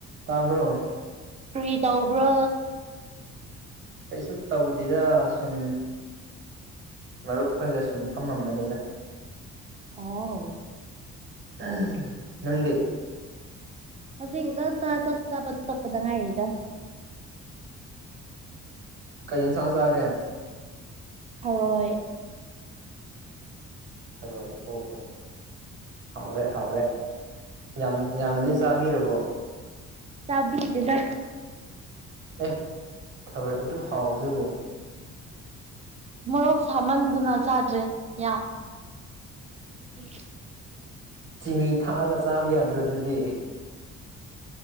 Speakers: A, on the right; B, on the right.
A: ꯇꯥꯕ꯭ꯔꯣ?
B: ꯀꯔꯤ ꯇꯧꯕ꯭ꯔꯥ?
A: ꯀꯩꯁꯨ ꯇꯧꯗꯦꯗ ꯁꯨꯝ ꯃꯔꯨꯞ ꯈꯣꯏꯒ ꯁꯨꯝ ꯐꯝꯃꯝꯕꯅꯤꯗ꯫
B: ꯑꯣꯥꯎ
A: ꯎ ꯅꯪꯗꯤ
B: ꯑꯗꯨꯗꯣ ꯆ ꯆꯄ ꯆꯞꯄꯕ ꯇꯣꯛꯄꯗ ꯉꯥꯏꯔꯤꯗ꯫
A: ꯀꯩ ꯏꯟꯁꯥꯟ ꯆꯥꯒꯦ꯫
B: ꯊꯔꯣꯏ꯫
A: ꯊꯔꯣꯏ ꯑꯣ ꯑꯣ ꯍꯥꯎꯔꯦ꯫ ꯍꯥꯎꯔꯦ ꯌꯥꯝ ꯌꯥꯝꯅꯗꯤ ꯆꯥꯕꯤꯔꯕꯣ?
B: ꯆꯕꯤꯗꯦꯗꯥ꯫
A: ꯑꯦ ꯊꯓꯣꯏ ꯑꯗꯨꯝ ꯍꯥꯎꯕꯗꯨꯕꯨ꯫
B: ꯃꯣꯔꯣꯛ ꯁꯥꯃꯟꯗꯅ ꯆꯥꯗ꯭ꯔꯦ ꯌꯥꯝ꯫ ꯎꯝ
A: ꯆꯤꯅꯤ ꯊꯥꯛꯑꯒ ꯆꯥꯕ ꯌꯥꯗ꯭ꯔꯣ ꯑꯗꯨꯗꯤ꯫